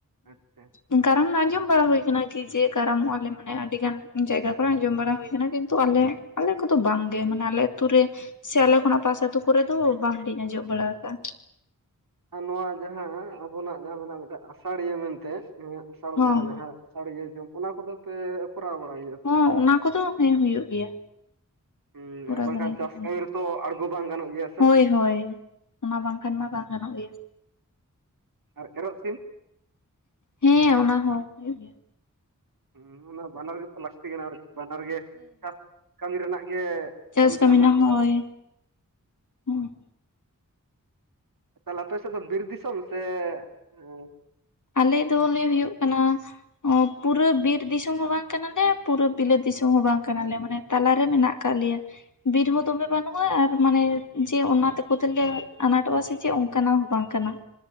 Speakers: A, on the right; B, on the left.
A: ᱟᱪᱪᱷᱟ
B: ᱩᱸᱜ᱾ ᱠᱟᱨᱟᱢ ᱟᱸᱡᱚᱢ ᱵᱟᱲᱟ ᱦᱳᱭ ᱟᱠᱟᱱᱟ ᱠᱤ ᱡᱮ ᱠᱟᱨᱟᱢᱚᱜ-ᱟ ᱞᱮ ᱢᱟᱱᱮ ᱟᱹᱰᱤ ᱜᱟᱱ ᱡᱟᱭᱜᱟ ᱠᱚᱨᱮ ᱟᱸᱡᱚᱢ ᱵᱟᱲᱟ ᱦᱳᱭ ᱟᱠᱟᱱᱟ, ᱠᱤᱱᱛᱩ ᱟᱞᱮ ᱟᱞᱮ ᱠᱚᱫᱚ ᱵᱟᱝ ᱜᱮ ᱢᱟᱱᱮ ᱟᱞᱮ ᱟᱛᱩ ᱨᱮ ᱥᱮ ᱟᱞᱮ ᱠᱷᱚᱱᱟᱜ ᱯᱟᱥᱮ ᱟᱹᱛᱩ ᱠᱚᱨᱮ ᱫᱚ ᱵᱟᱝ ᱞᱤᱧ ᱟᱸᱡᱚᱢ ᱵᱟᱲᱟᱣ ᱠᱟᱜ-ᱟ᱾
A: ᱟᱨ ᱱᱚᱣᱟ ᱡᱟᱦᱟᱸ ᱟᱵᱚᱱᱟᱜ ᱡᱟᱦᱟᱸ ᱢᱮᱱᱟᱜ ᱢᱤᱫᱴᱮᱡ ᱟᱥᱟᱲᱤᱭᱟᱹ ᱢᱮᱱᱛᱮ ᱱᱤᱭᱟᱹ ᱟᱥᱟᱲ
B: ᱦᱚᱸ
A: ᱵᱚᱸᱜᱟ ᱡᱟᱦᱟᱸ ᱟᱥᱟᱲᱤᱭᱟᱹ ᱡᱚᱢ ᱚᱱᱟ ᱠᱚᱫᱚ ᱯᱮ ᱠᱚᱨᱟᱣ ᱵᱟᱲᱟᱭ ᱜᱮᱭᱟ? ᱥᱮ
B: ᱦᱚᱸ
A: ᱵᱟᱝ
B: ᱩᱱᱟ ᱠᱚᱫᱚ ᱦᱮᱸ ᱦᱳᱭᱳᱜ ᱜᱮᱭᱟ᱾
A: ᱦᱩᱸ
B: ᱠᱚᱨᱟᱣ
A: ᱵᱟᱝᱠᱷᱟᱱ
B: ᱵᱟᱲᱟᱭ ᱜᱮᱭᱟ
A: ᱪᱟᱥ
B: ᱞᱮ ᱚᱱᱟ
A: ᱠᱟᱹᱢᱤ
B: ᱫᱚ
A: ᱨᱮᱛᱚ ᱟᱬᱜᱚ ᱵᱟᱝ ᱜᱟᱱᱚᱜ ᱜᱮᱭᱟ ᱥᱮ
B: ᱦᱳᱭ ᱦᱳᱭ᱾ ᱚᱱᱟ ᱵᱟᱝᱠᱷᱟᱱ ᱢᱟ ᱵᱟᱝ ᱜᱟᱱᱚᱜ ᱜᱮᱭᱟ᱾
A: ᱟᱨ ᱮᱨᱚᱜ ᱥᱤᱢ?
B: ᱦᱮᱸ ᱚᱱᱟ ᱦᱚᱸ ᱦᱩᱭᱩᱜ ᱜᱮᱭᱟ᱾
A: ᱦᱩᱸ ᱚᱱᱟ ᱵᱟᱱᱟᱨ ᱜᱮᱛᱚ ᱞᱟᱠᱛᱤ ᱠᱟᱱᱟ ᱟᱨ ᱵᱟᱱᱟᱨ ᱜᱮ ᱪᱟᱥ ᱠᱟᱹᱢᱤ ᱨᱮᱱᱟᱜ ᱜᱮ
B: ᱪᱟᱥ ᱠᱟᱹᱢᱤ
A: ᱠᱟᱱᱟ
B: ᱨᱮᱱᱟᱜ
A: ᱥᱮ
B: ᱦᱳᱭ᱾ ᱦᱩᱸ
A: ᱛᱟᱦᱚᱞᱮ ᱟᱯᱮ ᱥᱮᱫ ᱫᱚ ᱵᱤᱨ ᱫᱤᱥᱚᱢ ᱥᱮ ᱮᱸ
B: ᱟᱞᱮ ᱫᱚᱞᱮ ᱦᱳᱭᱳᱜ ᱠᱟᱱᱟ ᱚ ᱯᱩᱨᱟᱹ ᱵᱤᱨ ᱫᱤᱥᱚᱢ ᱦᱚᱸ ᱵᱟᱝ ᱠᱟᱱᱟᱞᱮ, ᱯᱩᱨᱟᱹ ᱵᱤᱞᱟᱹᱛ ᱫᱤᱥᱚᱢ ᱦᱚᱸ ᱵᱟᱝ ᱠᱟᱱᱟᱞᱮ᱾ ᱢᱟᱱᱮ ᱛᱟᱞᱟᱨᱮ ᱢᱮᱱᱟᱜ ᱟᱠᱟᱜ ᱞᱮᱭᱟ᱾ ᱵᱤᱨ ᱦᱚᱸ ᱫᱚᱢᱮ ᱵᱟᱹᱱᱩᱜ-ᱟ ᱟᱨ ᱢᱟᱱᱮ ᱡᱮ ᱚᱱᱟ ᱛᱮᱠᱚ ᱛᱮᱞᱮ ᱟᱱᱟᱴᱚᱜ-ᱟ ᱥᱮ ᱪᱮᱫ ᱚᱝᱠᱟᱱᱟᱜ ᱦᱚᱸ ᱵᱟᱝ ᱠᱟᱱᱟ᱾